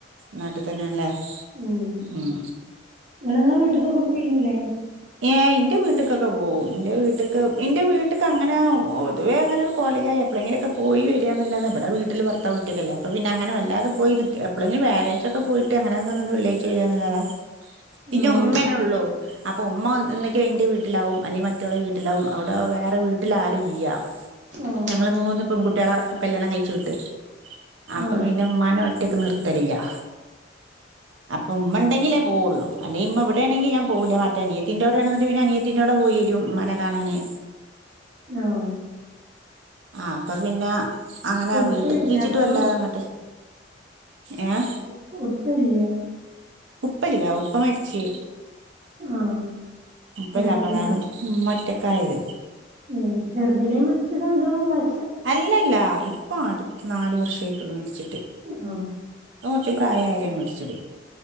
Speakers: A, on the right (about 80°); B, on the right (about 40°).
A: നാട്ടിൽ തന്നെയാണല്ലേ
B: ഉം
A: ഉം
B: ഇങ്ങള് ങ്ങളെ വീട്ട്ക്കൊക്കേ പോയിനില്ലേ!
A: ഏഹ് എന്റെ വീട്ടിക്കൊക്കെ പോവും എന്റെ വീട്ടിക്ക് എന്റെ വീ വീട്ട്ക്ക് അങ്ങനെ പൊതുവെ അങ്ങനെ പോവലില്ല എപ്ളേങ്കില് ഒക്കെ പോയിവര എന്നല്ലാതെ ഇവ്ടെ വീട്ടിൽ വെർ അടുത്ത വീട്ടിക്ക് അല്ലേ അപ്പം പിന്ന അങ്ങനെ വല്ലതെ പോയി നിക്ക് എപ്പോളെങ്കിലും വ്യാഴാഴിച്ച ഒക്കെ പോയിട്ട് അങ്ങനെ നിന്ന് വെള്ളിയാഴ്ച വരികാന്ന് അല്ലാതെ പിന്നെ
B: ആഹ്
A: ഉമ്മേന്നെ
B: ഒരുപാട്
A: ഉള്ളൂ അപ്പൊ ഉമ്മ ഒന്നെങ്കി എന്റെ വീട്ടിലാവും അല്ലെങ്കി മറ്റോളെ വീട്ടിലാവും അവിടെ വേറെ വീട്ടിൽ ആരും ഇല്ല
B: ആഹ്
A: ഞങ്ങള് മൂന്ന് പെൺകുട്ടികളെ കല്യാണം കഴിച്ചു വിട്ട് അപ്പൊ
B: ആഹ്
A: പിന്നെ ഇമ്മാനെ ഒറ്റക്ക് നിർത്തലില്‌യാ അപ്പൊ ഉമ്മ ഉണ്ടെങ്കിലേ പോവുള്ളു അല്ലെങ്കി ഇമ്മ ഇവിടെ ആണെങ്കി ഞാൻ പോവില്ല മറ്റേ അനിയത്തീന്റെ കൂടെയാണെന്നുണ്ടെങ്കി പിന്നെ അനിയത്തീന്റെ അവിടെ പോയി വരും ഉമ്മാനെ കാണാന്
B: ആഹ്
A: ആഹ് അപ്പം പിന്നെ അങ്ങനെ
B: ഉപ്പയില്ലേ
A: വീട്ട് കീച്ചിട്ട്
B: അപ്പൊ
A: വല്ലാത് അങ്ങട്ട് ഏഹ്
B: ഉപ്പൂത്തില്ല്യേ
A: ഉപ്പ ഇല്ല ഉപ്പ മരിച്ച്
B: ആഹ്
A: ഉപ്പയില്ല
B: ചെറുതിലേ
A: അപ്പൊ അതാണ് ഉമ്മ ഒറ്റക്ക് ആയത്
B: ഉം ചെറുതിലേ മരിച്ചതാ അതോ വയ
A: അല്ലല്ല ഇപ്പം അടുത്ത് നാലു വർഷമായിട്ടുള്ളൂ മരിച്ചിട്ട്
B: ആഹ്
A: ഉപ്പ കൊറച്ച് പ്രായം ആയിട്ടാണ് മരിച്ചത്